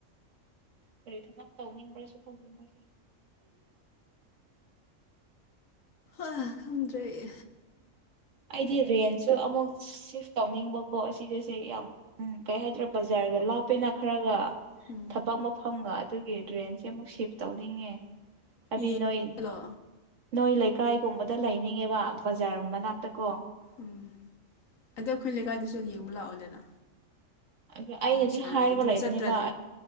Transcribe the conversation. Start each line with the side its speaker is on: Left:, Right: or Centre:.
Right: ꯐꯔꯤ ꯊꯕꯛ ꯇꯧꯅꯤꯡꯕ꯭ꯔꯁꯨ ꯈꯪꯗꯦ ꯃꯣꯏꯁꯦ
Left: ꯑ ꯈꯗ꯭ꯔꯦ
Right: ꯑꯩꯗꯤ ꯔꯦꯟꯁꯨ ꯑꯃꯨꯛ ꯁꯤꯐ ꯇꯧꯅꯤꯡꯕꯀꯣ ꯁꯤꯁ ꯁꯦ ꯌꯥꯝ ꯎꯝ ꯀꯩ ꯍꯥꯏꯗ꯭ꯔꯥ ꯕꯖꯥꯔꯒ ꯂꯥꯞꯄꯅ ꯈꯔꯒ
Left: ꯎꯝ
Right: ꯊꯕꯛ ꯃꯐꯝꯒꯗ ꯑꯗꯨꯒꯤ ꯗ꯭ꯔꯦꯟꯁꯦ ꯑꯃꯨꯛ ꯁꯤꯐ ꯇꯧꯅꯤꯡꯉꯦ ꯑꯕ
Left: ꯌꯦꯡꯂꯣ
Right: ꯅꯣꯏ ꯅꯣꯏ ꯂꯩꯀꯥꯏꯒꯨꯝꯕꯗ ꯂꯩꯅꯤꯡꯉꯦꯕ ꯕꯖꯥꯔ ꯃꯅꯥꯛꯇ ꯇꯀꯣ
Left: ꯎꯝ ꯑꯗꯣ ꯑꯩꯈꯣꯏ ꯂꯩꯀꯥꯏꯗꯁꯨ ꯌꯦꯡꯕ ꯂꯥꯛꯑꯣꯗꯅ
Right: ꯑꯗꯨ ꯑꯩꯅꯗꯤ
Left: ꯅꯣꯏ ꯁ
Right: ꯍꯥꯏꯔꯒ
Left: ꯑꯗꯨꯝ
Right: ꯂꯩꯕꯅꯦꯕ
Left: ꯆꯠꯇ꯭ꯔꯗꯤ